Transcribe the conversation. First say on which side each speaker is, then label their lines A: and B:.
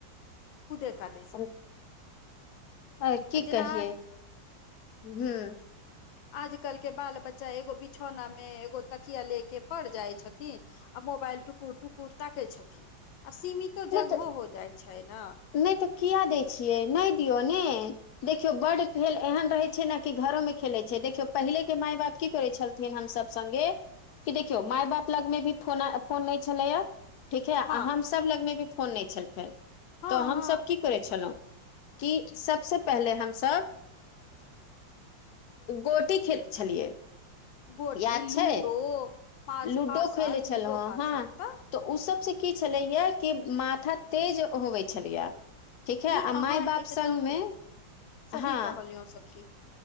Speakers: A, on the left; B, on the left.
A: कुदे खाति
B: <unintelligible> आए की
A: आ जेना
B: कहिए हूँ।
A: आजकल के बाल बच्चा एगो बिछौना मे एगो तकिया ले के पड़ जाइ छथिन। आ मोबाइल टुकुर टुकुर ताके छथिन आ सीमितो
B: नहि
A: जगहो
B: तऽ
A: हो जाइ छैय न।
B: नहि तऽ किया दै छियै नहि दियौ ने। देखियौ बड खेल एहन रहैत छैय ने कि घरोमे खेलैत छैय, देखियौ पहिलेके माय-बाप की करै छलथिन हमस सङ्गे कि देखियौ माय बाप लगमे भी फोन फोन नहि छलैया। ठीक है आ
A: हँ
B: हमस लगमे भी फोन नहि छल फे
A: हँ
B: तऽ हमसभ
A: हँ
B: की करै छलहुँ कि सबस पहिले हमसब गोटी खेल छलियै
A: गोटी,
B: याद
A: लूडो
B: छै
A: पा
B: लूडो
A: पासा
B: खेलै
A: लूडो
B: छलहुँ
A: पासा
B: हँ
A: तऽ
B: तऽ उ सबसँ की छलैया कि माथा तेज होबै छलैया। ठीक है
A: ई
B: आ
A: अहाँ
B: माय बाप
A: एकदम
B: संगमे
A: सही
B: हँ।
A: <unintelligible>